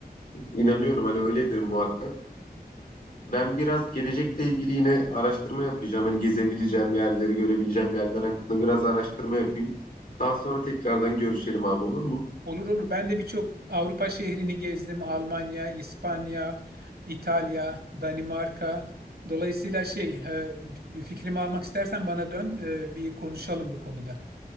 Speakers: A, on the left (about 55°); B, on the right (about 75°).
A: inanıyorum hani öyledir muhakkak. Ben biraz gelecekle ilgili yine araştırma yapacağım. Hani gezebileceğim yerleri, görebileceğim yerler hakkında biraz araştırma yapayım. Daha sonra tekrardan görüşelim abi olur mu?
B: Olur olur. Ben de birçok Avrupa şehrini gezdim. Almanya, İspanya, İtalya, Danimarka. Dolayısıyla şey, e, bir fikrimi almak istersen bana dön, e, bir konuşalım bu konuda.